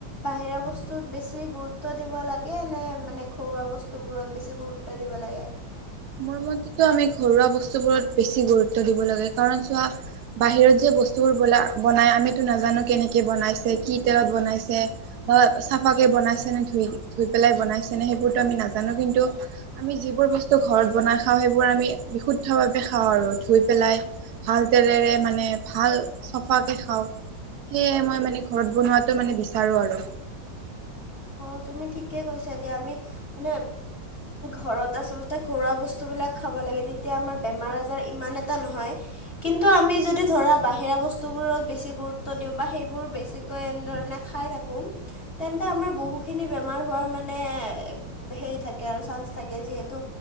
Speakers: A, on the left (about 35°); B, on the right (about 70°).
A: বাহিৰা বস্তুত বেছি গুৰুত্ব দিব লাগে নে মানে ঘৰুৱা বস্তু বস্তুবোৰত বেছি গুৰুত্ব দিব লাগে
B: মোৰ মতেতো আমি ঘৰুৱা বস্তুবোৰত বেছি গুৰুত্ব দিব লাগে কাৰণ চোৱা বাহিৰত যে বস্তুবোৰ বল বনাই আমিতো নাজানো কেনেকে বনাইছে কি তেলত বনাইছে বা চাফা কে বনাইছে নে ধুই ধুই পেলাই বনাইছে নে সেইবোৰতো আমি নাজানো জানো কিন্তু আমি যিবোৰ বস্তু ঘৰত বনাই খাওঁ সেইবোৰ আমি বিশুদ্ধ ভাৱে খাওঁ আৰু ধুই পেলাই ভাল তেলেৰে মানে ভাল চফাকে খাওঁ সেয়হে মই মানে ঘৰত বনোৱাাতটো মানে বিচাৰো আৰু
A: অ তুমি ঠিকে কৈছা দিয়া আমি মানে ঘৰত আচলতে ঘৰুৱা বস্তুবিলাক খাব লাগে তেতিয়া আমাৰ বেমাৰ আজাৰ ইমান এটা নহয় কিন্তু আমি যদি ধৰা বাহিৰা বস্তু বস্তুবোৰত বেছি গুৰুত্ব দিওঁ বা সেইবোৰ বেছিকৈণে খাই থাকোঁ তেে আমাৰ বহুখিনি বেমাৰ হোৱাৰ মানে হেৰি থাকে আৰু চান্স থাকে যিহেতু